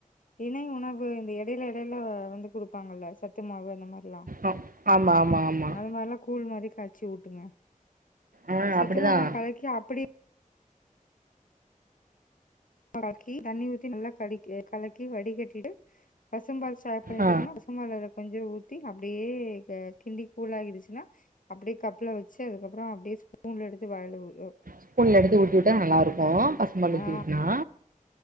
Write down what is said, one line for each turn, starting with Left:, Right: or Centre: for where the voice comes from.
Left: திணை உணவு இந்த இடைல இடைல வந்து குடுப்பாங்கல்ல சத்து மாவு அந்த மார் ல
Right: ஆ ஆமா ஆமா ஆமா.
Left: அது மார்ல்லாம் கூழ் மாரி கா ய்ச்சி ஊட்டுங்க
Right: ஆ
Left: சத்துமாவ
Right: அப்டிதான்.
Left: கலக்கி அப்டியே வாக்கி தண்ணி ஊத்தி நல்லா கலக் கலக்கி வடிகட்டிட்டு பசும்பால் சாப் ரெடிங்கன்னா
Right: ஆ
Left: பசும்பால அதல கொஞ்சோ ஊத்தி அப்டியே க கிண்டி கூலாயிடுச்சுன்னா அப்டியே கப்ல வச்சு அதுக்கப்பறோ அப்டியே ஸ்பூன்ல எடுத்து வாய்ல ஊ எ
Right: ஸ்பூன்ல எடுத்து ஊட்டி விட்டா நல்லா இருக்கும் பசும்பால் ஊத்தி
Left: ஆ
Right: ஊட்டனா